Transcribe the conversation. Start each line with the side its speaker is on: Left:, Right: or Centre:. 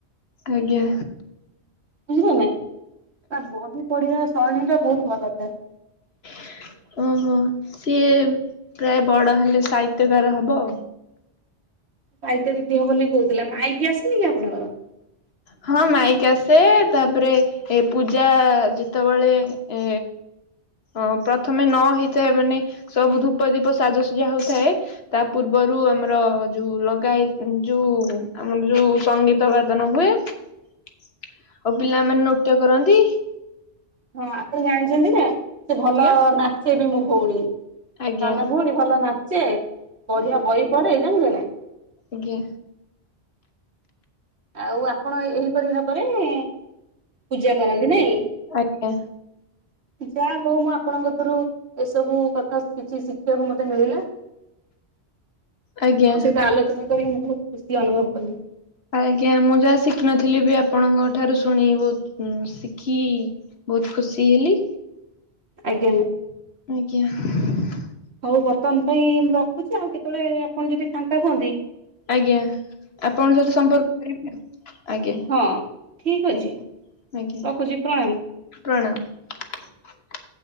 Left: ଆଜ୍ଞା।
Right: ବୁଝିଲେ ନା ନା ବହି ପଢିବା ଶରରୀ ଟା ବହୁତ ଭଲ ଥାଏ।
Left: <inaudible> ଓହୋ ସିଏ ପ୍ରାୟ ବଡ ହେଲେ ସାହିତ୍ୟକାର ହବ ଆଉ।
Right: ପାଇତେ ଦିଦି ହ ବୋଲି କହୁଥିଲା ମାଇକି ଆସିନି କି ଆପଣଙ୍କର?
Left: ହଁ ମାଇକ୍ ଆସେ ତାପରେ ଏ ପୂଜା ଯେତେବେଳେ ଏ ହଁ ପ୍ରଥମେ ନ ହେଇଥାଏ ମାନେ ସବୁ ଧୂପ ଦୀପ ସାଜସଜା ହଉଥାଏ ତା ପୂର୍ବ ରୁ ଆମର ଯୋଉ ଲଗାଇ ଯୋଉ ଆମର ଯୋଉ ସଙ୍ଗୀତ ବାଦନ ହୁଏ। ଆଉ ପିଲାମାନେ ନୃତ୍ୟ କରନ୍ତି।
Right: ହଁ ଆପଣ ଜାଣିଛନ୍ତି ନା? ସେ ଭଲ
Left: ଆଜ୍ଞା
Right: ନାଚେ ବି ମୋ ଭଉଣୀ। ସାନ
Left: ଆଜ୍ଞା
Right: ଭଉଣୀ ଭଲ ନାଚେ ବଢିଆ ବହି ପଢେ ଜାଣିଲେ ନା।
Left: ଆଜ୍ଞ।
Right: ଆଉ ଆପଣ ଏହିପରି ଭାବରେ ଏ ପୂଜା କରନ୍ତି ନାଇଁ
Left: ଆଜ୍ଞା
Right: ଯା ହଉ ମୁଁ ଆପଣଙ୍କ ରୁ ଏସବୁ କଥା କିଛି ଶିଖିବାକୁ ମତେ ମିଳିଲା।
Left: ଆଜ୍ଞା।
Right: ଆପଣଙ୍କ ସହିତ ଆଲୋଚନା କରି ମୁଁ ବହୁତ ଖୁସି ଅନୁଭବ କଲି।
Left: ଆଜ୍ଞା ମୁଁ ଯାହା ଶିଖିନଥିଲି ବି ଆପଣଙ୍କ ଠାରୁ ଶୁଣିଲି ବୋହୁତ ଶିଖି ବହୁତ ଖୁସି ହେଲି।
Right: ଆଜ୍ଞା।
Left: ଆଜ୍ଞା।
Right: ହଉ ବର୍ତ୍ତମାନ ପାଇଁ ମୁଁ ରଖୁଛି ଆଉ କେତେବେଳେ ଆପଣ ଯଦି ଫାଙ୍କା ହୁହନ୍ତି
Left: ଆଜ୍ଞା ଆପଣଙ୍କ ସହିତ ସମ୍ପର୍କ। <unintelligible> ଆଜ୍ଞା
Right: ହଁ ଠିକ ଅଛି।
Left: ଆଜ୍ଞା ଆଜ୍ଞା
Right: ରଖୁଛି ପ୍ରଣାମ।
Left: ପ୍ରଣାମ। <inaudible>